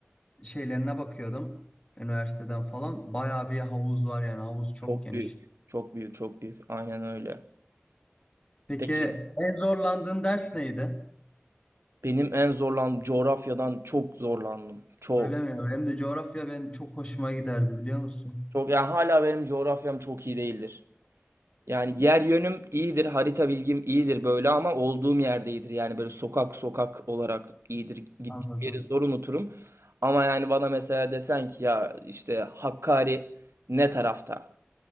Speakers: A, on the left (about 25°); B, on the right (about 85°).
A: şeylerine bakıyordum üniversiteden falan. Bayağı bir havuz var yani havuz çok
B: Çok
A: geniş.
B: büyük. Çok büyük, çok büyük. Aynen öyle.
A: Peki
B: Peki
A: en zorlandığın ders neydi?
B: Benim en zorlan coğrafyadan çok zorlandım. Çok.
A: Öyle mi ya? Benim de coğrafya benim çok hoşuma giderdi biliyor musun?
B: Çok yani hala benim coğrafyam çok iyi değildir. Yani yer yönüm iyidir, harita bilgim iyidir böyle ama olduğum yerde iyidir. Yani böyle sokak sokak olarak iyidir. Gittiğim
A: Anladım.
B: yeri zor unuturum. Ama yani bana mesela desen ki ya işte Hakkari ne tarafta?